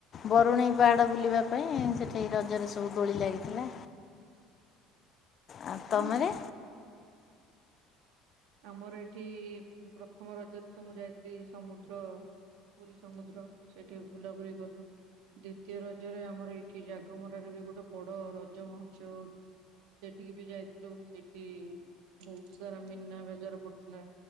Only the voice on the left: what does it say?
ବରୁଣେଇ ପାହାଡ଼ ବୁଲିବା ପାଇଁ। ସେଠି ରଜରେ ସବୁ ଦୋଳି ଲାଗିଥିଲା। ଆ
ତମରେ।